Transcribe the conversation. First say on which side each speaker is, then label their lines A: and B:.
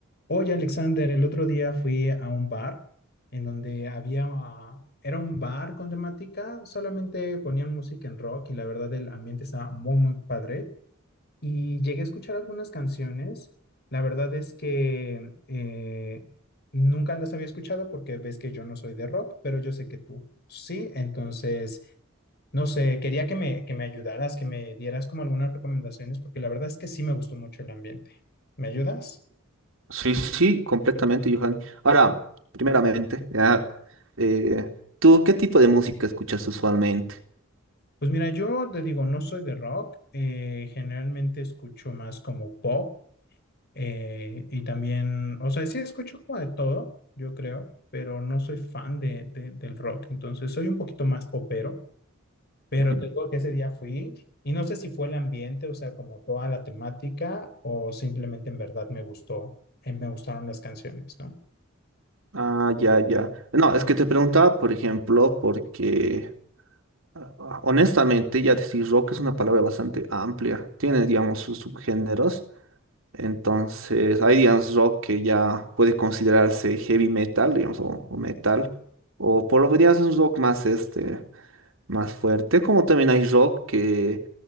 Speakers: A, on the left (about 50°); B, on the right (about 70°).
A: Oye, Alexander, el otro día fui a un bar en donde había, ah, era un bar con temática, solamente ponían música en rock y la verdad el ambiente estaba muy, muy padre. Y llegué a escuchar algunas canciones. La verdad es que eh, nunca las había escuchado porque ves que yo no soy de rock, pero yo sé que tú sí. Entonces, no sé, quería que me, que me ayudaras, que me dieras como algunas recomendaciones porque la verdad es que sí me gustó mucho el ambiente. ¿Me ayudas?
B: Sí, sí, completamente, Johan. Ahora, primeramente, ya, eh, ¿tú qué tipo de música escuchas usualmente?
A: Pues mira, yo te digo, no soy de rock, eh, generalmente escucho más como pop eh, y también, o sea, sí escucho como de todo, yo creo, pero no soy fan de, de- del rock, entonces soy un poquito más popero, pero
B: Ujú.
A: te digo que ese día fui y no sé si fue el ambiente, o sea, como toda la temática o simplemente en verdad me gustó, eh, me gustaron las canciones, ¿no?
B: Ah, ya, ya. No, es que te preguntaba, por ejemplo, porque ah, ah, honestamente ya decir rock es una palabra bastante amplia. Tiene, digamos, sus subgéneros. Entonces, hay, digamos, rock que ya puede considerarse heavy metal, digamos, o, o metal. O por lo menos es un rock más, este, más fuerte. Como también hay rock que